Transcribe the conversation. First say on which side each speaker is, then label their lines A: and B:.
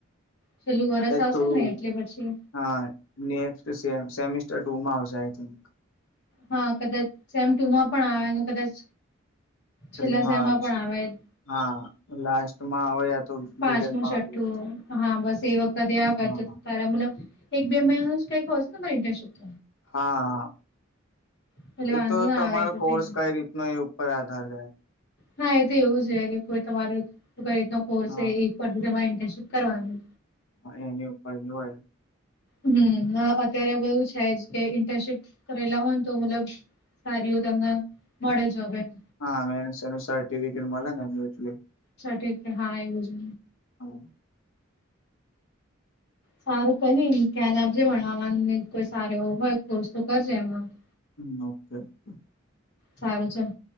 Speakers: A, on the left; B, on the left.
A: છેલ્લું વરષ
B: એ
A: આવશે
B: થોડું
A: ને એટલે પછી
B: હા નેક્ સેમિસ્ટર ટુ માં આવશે આ થિક
A: હા કદાચ સેમ ટુમાં પણ આવે કદાચ સમયમાં
B: થ્રીમાં આવશે
A: પણ
B: હા લાસ્ટમાં આવે યા તો
A: પાંચમું
B: મિડલમાં
A: છઠ્ઠું
B: આવે એવું થાય
A: હા બસ એ વખતે આવે
B: હા
A: તો તાર મલબ એક બે મહ કઈ કય ઇન્ટર્નશિપ ત
B: હા
A: એટલે
B: એ
A: વાંધો
B: તો
A: ના
B: તમારો
A: આવે એ તો
B: કોર્સ
A: થઈ
B: કઈ રીતનો એ પર આધાર રે
A: હા એ તો એવું જ રે <inaudible> કે કોઈ તમારો કઈ રીતનો કોર્સ
B: હા
A: એક વાર <unintelligible> <inaudible> ઇન્ટર્નશીપ કરવાનું
B: હ એની ઉપર હોય
A: હમ અત્યારે એવું <inaudible> બધું છે જ કે ઇન્ટર્નશીપ કરેલા હોય ને તો મતલબ <inaudible> તમને મળે જોબ ય <inaudible>
B: હા <unintelligible> <inaudible> નું સર્ટિફિકેટ મલે ને <inaudible>
A: છઠ <inaudible> હા એ <inaudible>
B: હ
A: સારું કરીને ધ્યાન આપજે ભણવામાંને કોઈ સારો એવો હોય કોર્સ તો કરજે એમાં
B: હમ ઓકે ઓકે <inaudible>
A: સારું ચલ